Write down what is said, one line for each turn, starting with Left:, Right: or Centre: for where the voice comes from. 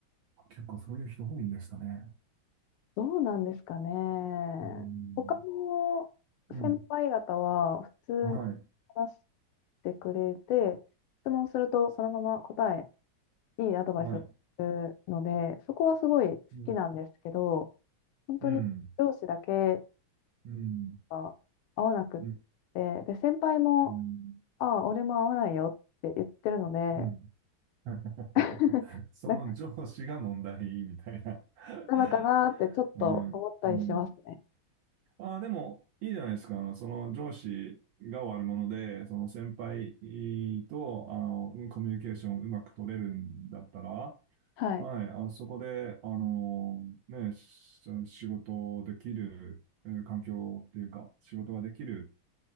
Right: 結構そういう人多いんですかね。
Left: どうなんですかね。
Right: うーん、
Left: 他の
Right: うん、
Left: 先輩方は普通に
Right: はい、
Left: 話してくれて、質問するとそのまま答え、いいアドバイスをするので、
Right: はい、
Left: そこはすごい好きなんですけど、
Right: うん、
Left: 本当に上司だけ
Right: うん、うん、
Left: が合わなくっ
Right: うん、
Left: て、で、先輩も、
Right: うん、
Left: ああ、俺も合わないよって言ってるので、
Right: うん。<laughs>
Left: <laughs>
Right: その上司が問題みたいな。
Left: だなのかなってちょっと思ったりしますね。
Right: <laughs> うん、うん。ああ、でも、いいじゃないですか。あの、その上司が悪者で、その先輩と、あの、うんコミュニケーションをうまく取れるんだったら、
Left: はい。
Right: はい、あの、そこで、あの、ね、し仕事できる、えー環境っていうか、仕事ができる。